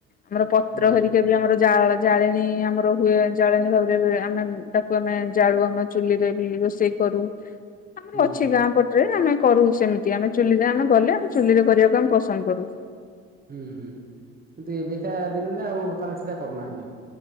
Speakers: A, on the left (about 25°); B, on the right (about 25°).
A: ଆମର ପତ୍ର
B: ହୁଁ ହୁଁ
A: ହେରିକା ବି ଆମର ଜାଳ ଜାଳେଣୀ ଆମର ହୁଏ ଜାଳେଣୀ ଭାବରେ ବେ ଆମେ ତାକୁ ଆମେ ଜାଳୁ ଆମ ଚୁଲିରେ ବି ରୋଷେଇ କରୁ। ଆମର
B: ହୁଁ
A: ଅଛି
B: ହୁଁ
A: ଗାଁ ପଟରେ ଆମେ କରୁ ସେମ୍ ତି ଆମେ ଚୁଲିରେ ଆମେ ଗଲେ ଆମେ ଚୁଲିରେ କରିବାକୁ ଆମେ ପସନ୍ଦ କରୁ।
B: ଉଁ ହୁଁ କିନ୍ତୁ ଏବେକା ଦିନ ଟା ଆଉ ବର୍ତ୍ତମାନ ସେଇଟା କରୁନାହାନ୍ତି।